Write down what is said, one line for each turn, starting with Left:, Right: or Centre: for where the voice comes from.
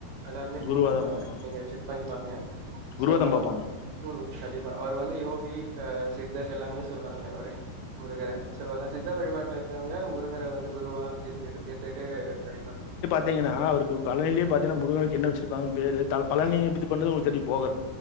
Right: எல்லாருமே
Left: குருவாதா
Right: கும்ப்ட்ருப்பாங்க
Left: பாப்பாங்க
Right: நீங்க செக் பண்ணி பாருங்க
Left: குருவாதா
Right: சோ
Left: பாப்பாங்க
Right: ம் கண்டிப்பா அவர் வந்து யோகி க சித்தர் எல்லாமே சொல்லுவாங்க அவரு முருகர சோ அதா சித்த வழிபாட்டுல இருக்கிறவங்க முருகர வந்து குருவா ஏத்துக்கிட்டு ஏத்துக்கிட்டு வழிபா
Left: த்திங்னா அவருக்கு பழனில பாத்தினா முருகனுக்கு என்ன வச்சிருப்பாங்கன் ‌ பேரு த பழனி இது பண்ணது உங்ளுக்கு தெரியு போகர்